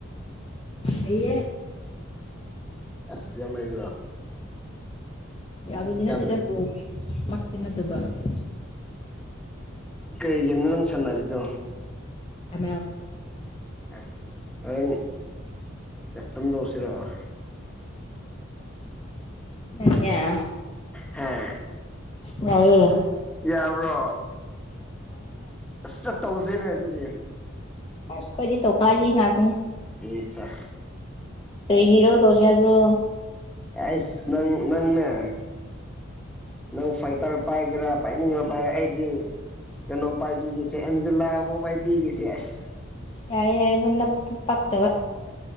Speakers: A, on the left; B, in the centre.
A: ꯍꯌꯦ
B: ꯑꯁ ꯌꯥꯝꯃꯥꯏ
A: ꯌꯥꯎꯔꯤꯟ ꯇꯗ
B: ꯍꯩ
A: ꯄ ꯃ ꯇꯅ ꯑꯗꯨꯕꯁ
B: ꯀꯩꯒꯤꯅꯣ ꯅꯪ ꯁꯥꯟꯅꯔꯤꯗꯣ
A: ꯑ
B: ꯑꯁ ꯍꯣꯔꯦꯟ ꯀꯁꯇꯝꯗ ꯎꯁꯤꯔꯛꯑꯣ
A: ꯑꯉ
B: ꯍꯝ
A: ꯉꯏꯌꯦ
B: ꯌꯥꯕ꯭ꯔꯣ ꯑꯁ ꯆꯠꯇꯧꯁꯦꯅꯦ ꯑꯗꯨꯗꯤ
A: ꯑꯁꯈꯗꯤ ꯇꯧꯀꯥꯁꯤ ꯉꯥꯛꯇꯅꯤ
B: ꯎꯁ
A: ꯍꯔꯣ ꯇꯔꯌꯥꯕꯨꯣ
B: ꯑꯁ ꯅꯪ ꯅꯪꯅꯦ ꯅꯪ ꯐꯥꯏꯇꯔ ꯄꯥꯏꯒꯦꯔꯥ ꯄꯥꯏꯅꯤꯡꯕ ꯄꯥꯏꯒꯦꯔꯥ ꯑꯩꯗꯤ ꯀꯩꯅꯣ ꯄꯥꯏꯕꯤꯈꯤꯁꯦ ꯑꯟꯖꯂꯥꯕꯨꯥꯎ ꯄꯥꯏꯕꯤꯈꯤꯁꯦ ꯑꯁ
A: ꯆꯔ ꯑꯦꯃꯅ ꯄ ꯇꯕ